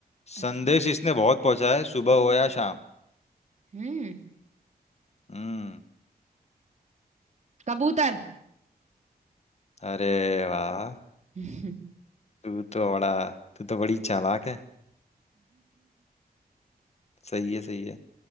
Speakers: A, on the right (about 45°); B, on the left (about 40°).
A: अच्छा
B: संदेश इसने बहुत पहुंचा है सुबह हो या शाम
A: हम्म
B: हम्म
A: कबूतर
B: अरे वाह
A: <laughs> हम्म,
B: तू तो बड़ा तू तो बड़ी चालाक है सही है सही है